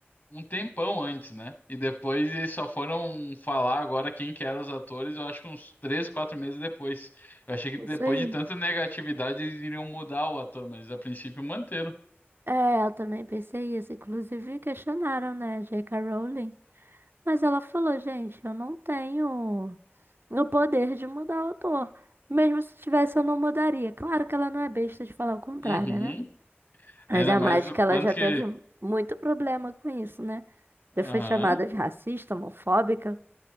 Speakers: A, on the left (about 50°); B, on the right (about 60°).
A: um tempão antes, né? E depois eles só foram falar agora quem que eram os atores, eu acho que uns três, quatro meses depois. Eu achei que depois
B: Isso aí.
A: de tanta negatividade eles iriam mudar o ator, mas a princípio manteram.
B: É, eu também pensei isso. Inclusive, questionaram, né, J.K. Rowling. Mas ela falou, gente, eu não tenho o poder de mudar o autor. Mesmo se tivesse, eu não mudaria. Claro que ela não é besta de falar o contrário,
A: Uhum.
B: né? Ainda
A: Ainda mais
B: mais
A: o
B: que ela
A: quanto
B: já teve
A: que.
B: muito problema com isso, né?
A: Aham.
B: Já foi chamada de racista, homofóbica.